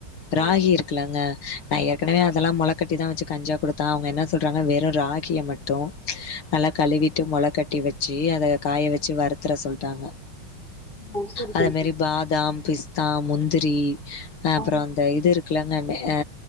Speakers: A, on the left; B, on the left.
A: ராகி
B: ஆ
A: இருக்குலங்க நான் ஏற்கனவே அதெல்லாம் மொளக்கட்டி தான் வச்சு கஞ்சா கொடுத்தே அவங்க என்ன சொல்றாங்க வெறும் ராகிய மட்டும் நல்லா கழுவிட்டு மொள கட்டி வச்சு அதை காய வச்சு வறுத்துற சொல்ட்டாங்க
B: ஓ சரி
A: அதே
B: சரி
A: மாரி
B: சரி
A: பாதாம் பிஸ்தா முந்திரி அ அப்புறம்
B: ஆ
A: தே இது இருக்குலங்க அ